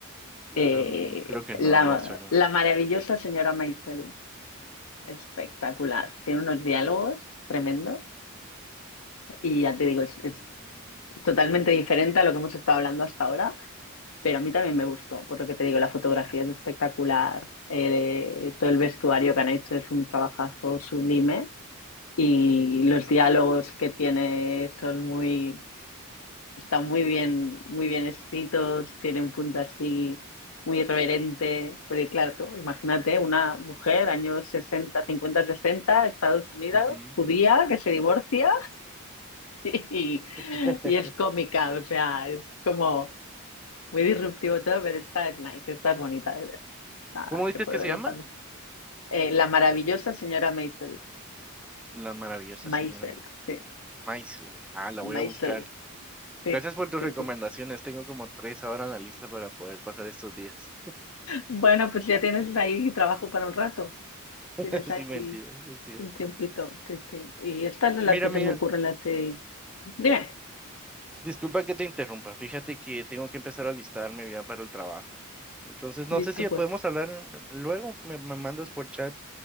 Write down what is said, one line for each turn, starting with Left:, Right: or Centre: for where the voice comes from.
Centre: No,
Left: Eh,
Centre: mm, creo que
Left: la,
Centre: no, no me suena.
Left: la maravillosa señora Maisel, espectacular. Tiene unos diálogos tremendos y ya te digo, es es
Centre: Mm,
Left: totalmente diferente a lo que hemos estado hablando hasta ahora. Pero a mí también me gustó, por lo que te digo, la fotografía es espectacular, eh, todo el vestuario que han hecho es un trabajazo sublime y
Centre: ujú,
Left: los diálogos que tiene son muy, están muy bien, muy bien escritos, tiene un punto así muy irreverente, porque claro, tú imagínate una mujer, años 60 50 60 Estados Unidos,
Centre: ujú.
Left: judía, que se divorcia <laughs> y,
Centre: <laughs>
Left: y es cómica, o sea, es como... Muy disruptivo todo, pero está nice, está bonita de ver. Nada,
Centre: ¿Cómo dices
Left: se puede
Centre: que se
Left: ver
Centre: llama?
Left: en familia. Eh, la maravillosa señora Maisel.
Centre: La maravillosa
Left: Maisel,
Centre: señora Maisel.
Left: sí.
Centre: Maisel. Ah, la
Left: Maisel,
Centre: voy a buscar.
Left: sí.
Centre: Gracias por tus
Left: Sí,
Centre: recomendaciones.
Left: sí.
Centre: Tengo como tres ahora en la lista para poder pasar estos días.
Left: Bueno, pues ya tienes ahí trabajo para un rato.
Centre: <laughs>
Left: Tienes ahí
Centre: Sin mentira es cierto.
Left: un tiempito, sí, sí. Y estas son
Centre: Mira,
Left: las que
Centre: amiga,
Left: se me ocurren las de... Dime,
Centre: disculpa que te interrumpa. Fíjate que tengo que empezar a alistarme ya para el trabajo. Entonces, no
Left: listo
Centre: sé si
Left: pues.
Centre: podemos hablar en- luego. Me, me mandas por chat